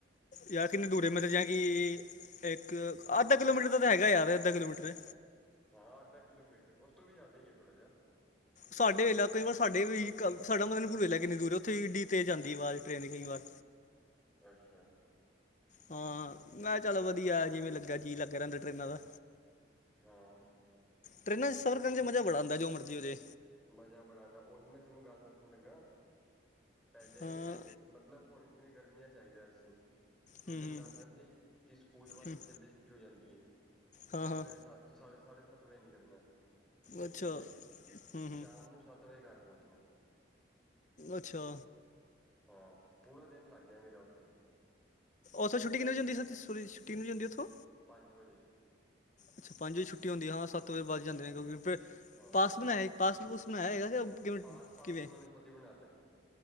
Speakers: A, on the left; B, in the centre.
A: ਯਾਰ ਕਿੰਨੇ ਦੂਰ ਮਤਲਬ ਜਾਂ ਕਿ ਇੱਕ ਅੱਧਾ ਕਿਲੋਮੀਟਰ ਦਾ ਤਾਂ ਹੈਗਾ ਯਾਰ ਅੱਧਾ ਕਿਲੋਮੀਟਰ
B: ਹਾਂ ਅੱਧਾ ਕਿਲੋਮੀਟਰ ਉਸ ਤੋਂ ਵੀ ਜ਼ਿਆਦਾ ਹੀ ਹੈ ਥੋੜਾ ਜਿਹਾ
A: ਸਾਡੇ ਵੇਲਾ ਕਈ ਵਾਰ ਸਾਡੇ ਵੀ ਸਾਡਾ ਮਦਨਪੁਰ ਵੇਲਾ ਕਿੰਨੀ ਦੂਰ ਉੱਥੇ ਇੱਡੀ ਤੇ ਜਾਂਦੀ ਆਵਾਜ਼ ਟ੍ਰੇਨ ਕਈ ਵਾਰ
B: ਅੱਛਾ।
A: ਹਾਂ ਮੈਂ ਚੱਲ ਵਧੀਆ ਜਿਵੇਂ ਲੱਗਾ ਜੀਅ ਲੱਗ ਰਹਿੰਦਾ ਟਰੇਨਾਂ ਦਾ
B: ਹਾਂ
A: ਟਰੇਨਾਂ 'ਚ ਸਫ਼ਰ ਕਰਨ
B: ਠੀਕ
A: 'ਚ ਮਜ਼ਾ
B: ਹੈ
A: ਬੜਾ ਆਉਂਦਾ ਜੋ ਮਰਜ਼ੀ ਹੋ ਜਾ
B: ਮਜ਼ਾ ਬੜਾ ਆਉਂਦਾ ਉਹੀ ਮੈਂ ਤੈਨੂੰ ਗੱਲ ਦੱਸਣ ਲੱਗਾ ਪਹਿਲੇ
A: ਹਾਂ
B: ਮਤਲਬ ਹੁਣ ਜਿਵੇਂ ਗਰਮੀਆਂ ਚਾਹੀਦਾ ਅਸੀਂ ਮੈਂ
A: ਹੂੰ
B: ਤੁਹਾਨੂੰ
A: ਹੂੰ
B: ਦੱਸਦਾ ਭਾਈ ਕਿ ਸਕੂਲ ਵਾਲੇ
A: ਹੂੰ
B: ਤਾਂ ਜਲਦੀ ਛੁੱਟੀ ਹੋ ਜਾਂਦੀ ਹੈ
A: ਹਾਂ
B: ਮੈਂ
A: ਹਾਂ
B: ਸਵੇਰੇ ਸੱਤ ਤੂੰ ਸਾਢੇ ਸਾਢੇ ਸੱਤ ਵਜੇ ਨਿਕਲਣਾ।
A: ਅੱਛਾ।
B: ਠੀਕ ਹੈ
A: ਹੂੰ ਹੂੰ
B: ਸ਼ਾਮ ਨੂੰ ਸੱਤ ਵਜੇ ਘਰ ਪੌਂਚਨਾ।
A: ਅੱਛਾ।
B: ਹਾਂ, ਪੂਰਾ ਦਿਨ ਲੱਗ ਗਿਆ ਮੇਰਾ ਓਥੇ।
A: ਓਥੋਂ ਛੁੱਟੀ ਕਿੰਨੇ ਵਜੇ ਹੁੰਦੀ <unintelligible> ਛੁੱਟੀ ਕਿੰਨੇ ਵਜੇ ਹੁੰਦੀ ਓਥੋਂ।
B: ਪੰਜ ਵਜੇ।
A: ਅੱਛਾ ਪੰਜ ਵਜੇ ਛੱਟੀ ਹੁੰਦੀ, ਹਾਂ ਸੱਤ ਵਜ ਵੱਜ ਈ ਜਾਂਦੇ ਕਿਉਂਕਿ ਫੇਰ
B: ਹਾਂ
A: ਪਾਸ ਬਨਾਇਆ ਈ ਪਾਸ ਪੁਸ ਬਨਾਇਆ ਹੋਏਗਾ ਕੇ ਕਿਵ
B: ਪਾਸ ਪਾਸ
A: ਕਿਵੇਂ
B: ਉਹਨਾਂ ਨੇ ਖੁਦ ਹੀ ਬਣਾ ਤਾ ਸੀ